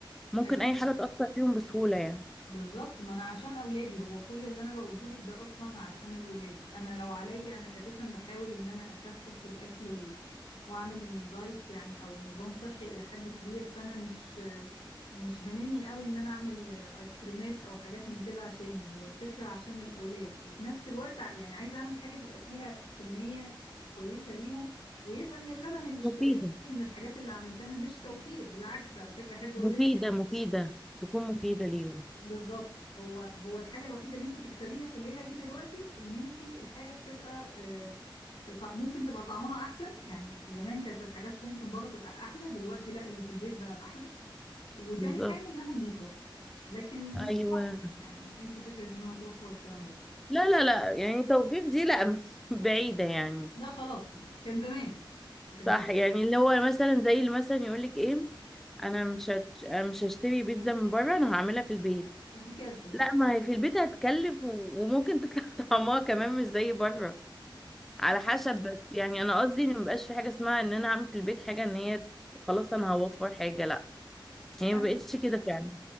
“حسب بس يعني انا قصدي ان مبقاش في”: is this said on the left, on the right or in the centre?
Centre